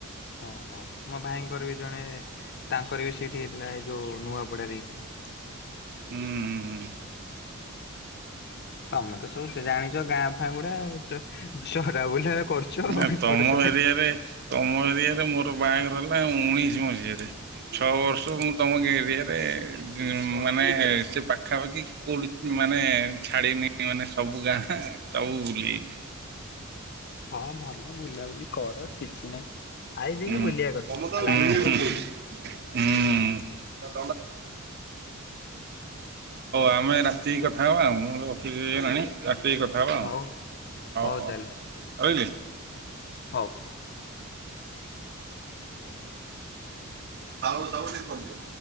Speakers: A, on the left (about 50°); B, on the right (about 50°).
A: ଓହୋ ମୋ ଭାଇଙ୍କର ବି ଜଣେ ତାଙ୍କର ବି ସେଇଠି ହେଇଥିଲା ଏଇ ଯୋଉ ନୂଆ ବଡାରେ ହେଇଥିଲା।
B: ହୁଁ ହୁଁ ହୁଁ।
A: <inaudible> ତମେ ତ ସବୁ ଜାଣିଛ ଗାଁ ଫାାଗୁଡା ଚରା ବୁଲା କରୁଛ
B: ନା
A: ଏପଟ
B: ତମ
A: ସେପଟ
B: ଏରିଆରେ ତମ ଏରିଆରେ ମୋର ବାହା ହେଲା ଉଣେଇଶି ମସିହାରେ ଛଅ ବର୍ଷ ମୁଁ ତମ ଏରିଆରେ ମାନେ ସେ ପାଖାପାଖି କେଉଠି ମାନେ ଛାଡ଼ିନ ମାନେ ସବୁ ଗାଁ ସବୁ ବୁଲି
A: ହଁ ଭଲ ବୁଲାବୁଲି କର କିଛି ନାହିଁ ଆଇବି
B: ହୁଁ।
A: କି ବୁଲିବା କଥା
B: ତମେ
A: ଆଉ
B: ତ ବୁଲି
A: ଲାଇରେ ଆଉ
B: ବୁଲି
A: କଣ
B: ଯାଇଛ।
A: ଅଛି।
B: ହୁଁ। <unintelligible> ହଉ ଆମେ ରାତି କଥା ହବା ଆ ଅଫିସଇଲାଣି ରାତି କ ହେ ହ
A: ହଉ ହଉ
B: ହୋ।
A: ତାହେଲେ
B: ରହିଲି।
A: ହଉ।
B: ସଉ ସବୁଠିକ କରୁ